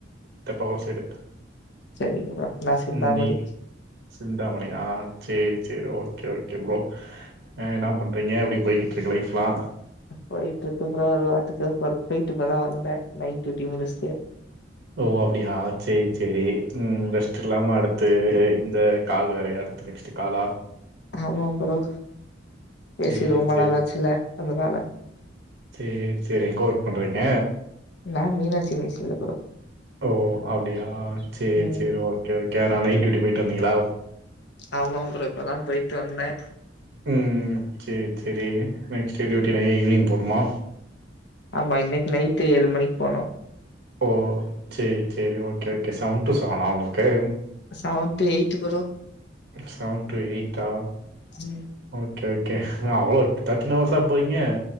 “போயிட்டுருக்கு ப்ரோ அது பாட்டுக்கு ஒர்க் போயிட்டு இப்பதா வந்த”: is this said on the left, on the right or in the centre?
Left